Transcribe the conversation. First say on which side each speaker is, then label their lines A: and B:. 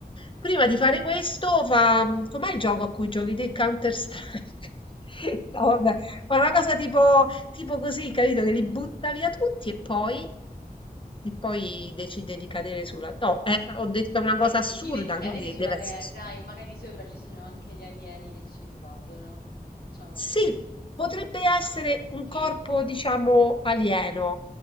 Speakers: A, on the left (about 35°); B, on the left (about 75°).
A: Prima di fare questo, fa... com'è il gioco a cui giochi te? Counter-Strike? <laughs> No, vabbè, ma una cosa tipo, tipo così, capito? Che li butta via tutti e poi, e poi decide di cadere sulla... No, eh, ho detto una cosa
B: Eh,
A: assurda,
B: decide di cadere
A: quindi
B: sulla
A: deve
B: Terra
A: essere
B: e magari sopra ci sono anche gli alieni che ci invadono. Facciamo
A: Sì,
B: così.
A: potrebbe essere un
B: Che...
A: corpo, diciamo, alieno.